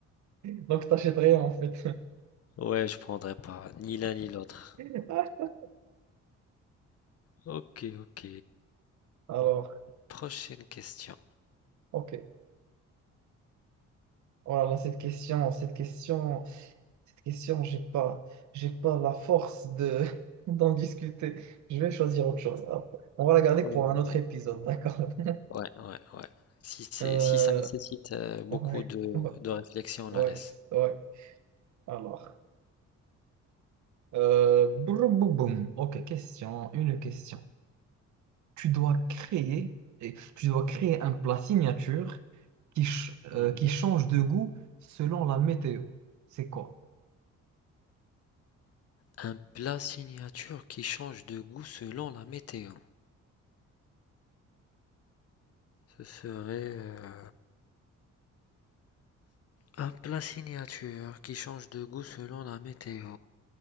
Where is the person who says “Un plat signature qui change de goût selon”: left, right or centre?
Left